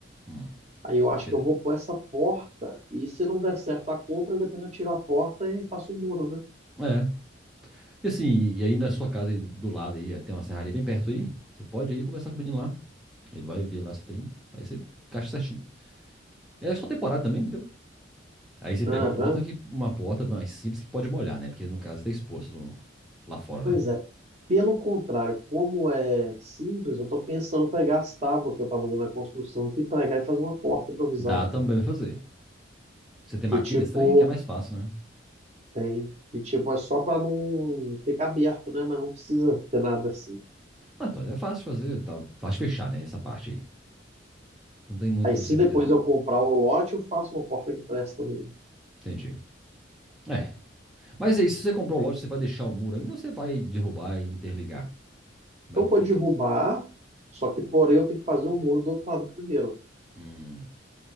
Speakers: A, in the centre; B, on the right.
A: Hum, tô
B: Aí eu acho
A: entendendo.
B: que eu vou pôr essa porta e se não der certo a compra, depois eu tiro a porta e faço o muro, né?
A: É, e assim, e aí na sua casa aí do lado aí, eh, tem uma serraria bem perto aí, você pode ir conversar com o menino lá, ele vai ver lá se tem, aí você encaixa certinho. É só temporada também, entendeu? Aí você
B: Aham,
A: pega uma porta que uma porta mais simples que pode molhar, né? Porque no caso tá exposto no- lá fora,
B: Pois
A: né?
B: é. Pelo contrário, como é simples, eu estou pensando em pegar as tábuas que eu estava usando na construção aqui, pregar e fazer uma porta improvisada.
A: Dá também pra fazer. Você tem
B: Que
A: maquita
B: tipo,
A: estranha, que é mais fácil, né?
B: Tem. Que tipo, é só pra não ficar aberto, né? Mas não precisa ter nada assim.
A: Ah, então é fácil de fazer, tá fácil de fechar, né? Essa parte aí. Não tem muito
B: Aí se
A: segredo,
B: depois
A: não.
B: eu comprar o lote, eu faço uma porta que presta mesmo.
A: Entendi. É. Mas é isso, se você comprou o lote, você vai deixar o muro ainda ou você vai derrubar e interligar? Como
B: Eu
A: é que
B: vou
A: fica?
B: derrubar, só que porém eu tenho que fazer o muro do outro lado primeiro,
A: Hum.